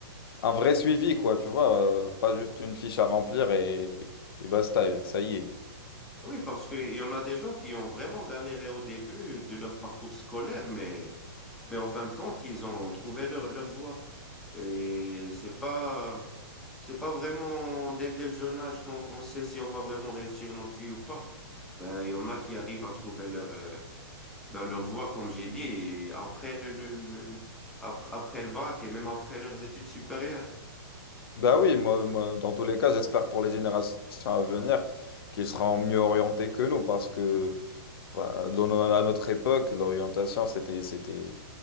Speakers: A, on the left; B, in the centre.
A: un vrai suivi, quoi, tu vois, euh, pas juste une fiche à remplir et, et basta, et ça y est.
B: Oui, parce qu'il y en a des gens qui ont vraiment galéré au début de leur parcours scolaire, mais, mais en fin de compte, ils ont trouvé leur, leur voie. Et c'est pas... C'est pas vraiment dès, dès le jeune âge qu'on qu'on sait si on va vraiment réussir notre vie ou pas. Ben, il y en a qui arrivent à trouver leur, euh, ben, leur voie, comme j'ai dit, et après le, le, le- le- après, après le bac et même après leurs études supérieures.
A: Bah oui, moi, moi, dans tous les cas, j'espère pour les générations à venir qu'ils seront mieux orientés que nous, parce que bah, dans no- à notre époque, l'orientation, c'était, c'était,